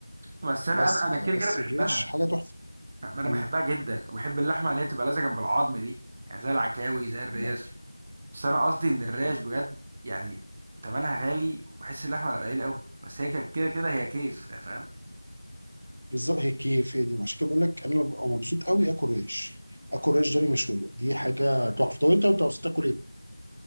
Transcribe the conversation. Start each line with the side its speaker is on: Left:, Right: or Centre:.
Centre: بس
Right: بس
Centre: انا انا انا
Right: فبس
Centre: كده كده بحبها
Right: الريش حاجه تحفه
Centre: ما انا
Right: مم.
Centre: بحبها جدا وبحب اللحمه اللي هي تبقى لازقه جنب العظم دي يعني زي العكاوي زي الريش
Right: الله
Centre: بس انا قصدي ان الريش
Right: طيب.
Centre: بجد يعني تمنها غالي وبحس اللحمه قليل قوي بس هي كده كده هي كيف فاهم
Right: بالظبط هي كيف هي دي عشان كده بقول لك انا ببقى مبسوط قوي اكل ريش اكل ريش ضاني مشويه دي حاجه تحفه طب انت انت مبسوط تاكل ايه؟